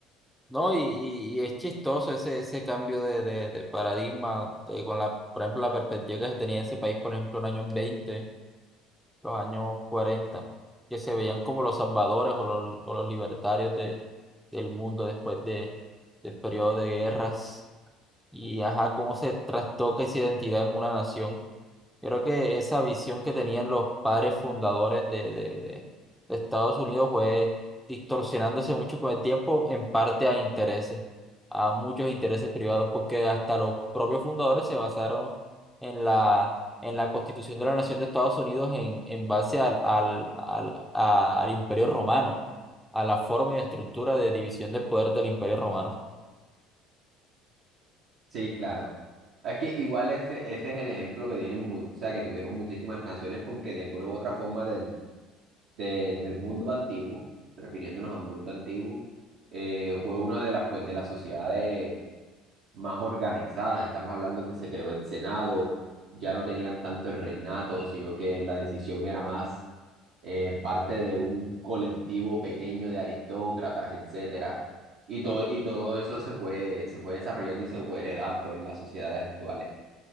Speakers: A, in the centre; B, on the right.
A: No, y, y- y es chistoso ese, ese cambio de, de, de paradigma eh, con la, por ejemplo, la perspectiva que se tenía de ese país, por ejemplo, en los años veinte los años cuarenta que se veían como los salvadores o los, o los libertarios de, del mundo después de, del periodo de guerras y, ajá, cómo se trastoca esa identidad en una nación. Yo creo que esa visión que tenían los padres fundadores de, de, de- de Estados Unidos fue distorsionándose mucho con el tiempo, en parte a intereses, a muchos intereses privados, porque hasta los propios fundadores se basaron en la, en la Constitución de la Nación de Estados Unidos en, en base al, al, al, a- al Imperio Romano, a la forma y estructura de división del poder del Imperio Romano.
B: Sí, claro. Es que igual ese, ese es el ejemplo que tienen, mu- o sea, que tuvieron muchísimas naciones porque de alguna u otra forma de- de- del mundo antiguo, refiriéndonos al mundo antiguo, eh, fue una de las, pues, de las sociedades más organizadas. Estamos hablando que se creó el Senado, ya no tenían tanto el reinato, sino que la decisión era más eh, parte de un colectivo pequeño de aristócratas, etcétera. Y todo, y todo eso se fue, se fue desarrollando y se fue heredando en las sociedades actuales.